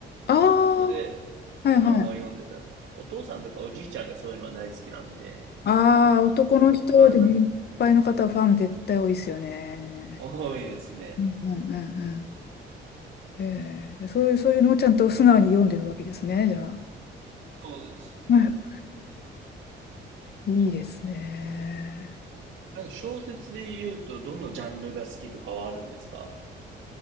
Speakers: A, on the left (about 55°); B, on the right (about 75°).
A: ああ、
B: ので、
A: はいはい。
B: そのまま読んでた。お父さんとかおじいちゃんがそういうのは大好きなんで、
A: ああ、男の人で年配の方はファン絶対多いですよね。
B: 自分はなん、多いですね。
A: うんうんうんうん。へえ、そういう、そういうのをちゃんと素直に読んでるわけですね、じゃあ。
B: そうですね。
A: うんいいですね。
B: あ小説で言うと、どのジャンルが好きとかはあるんですか